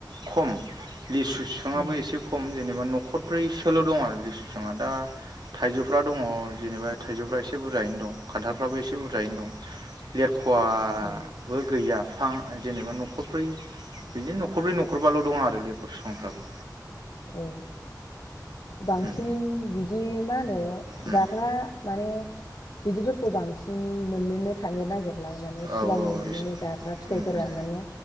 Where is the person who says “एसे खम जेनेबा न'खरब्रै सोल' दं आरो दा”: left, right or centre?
Right